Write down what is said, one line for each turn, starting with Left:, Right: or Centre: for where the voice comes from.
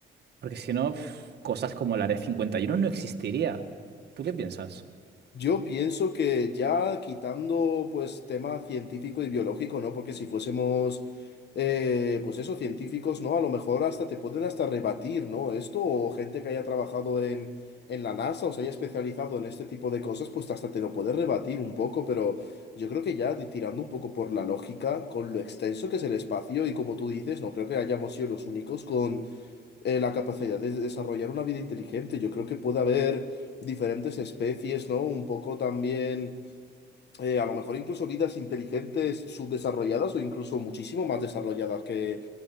Right: porque si no, uf, cosas como el Área cincuenta y uno no existiría. ¿Tú qué piensas?
Left: Yo pienso que ya quitando pues tema científico y biológico, ¿no? Porque si fuésemos eh, pues eso, científicos, ¿no? A lo mejor hasta te pueden hasta rebatir, ¿no? Esto o gente que haya trabajado en, en la NASA o se haya especializado en este tipo de cosas, pues hasta te lo puede rebatir un poco, pero yo creo que ya di- tirando un poco por la lógica, con lo extenso que es el espacio y como tú dices, no creo que hayamos sido los únicos con eh, la capacidad de desarrollar una vida inteligente. Yo creo que puede haber diferentes especies, ¿no? Un poco también, eh, a lo mejor incluso vidas inteligentes subdesarrolladas o incluso muchísimo más desarrolladas que,